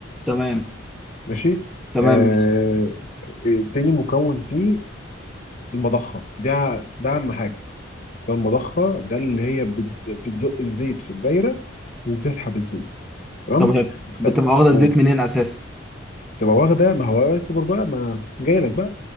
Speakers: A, in the centre; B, on the left.
A: تمام
B: ماشي
A: تمام
B: آه، التاني مكون فيه المضخه ده ده اهم حاجه ده المضخه ده اللي هي بت- بتزق الزيت في الدايره وبتسحب الزيت تمام
A: طب هي
B: الخ-
A: بتبقى واخده
B: قول
A: الزيت منين اساسا
B: تبقى واخده ما هو السوبر بقى ما جاي لك بقى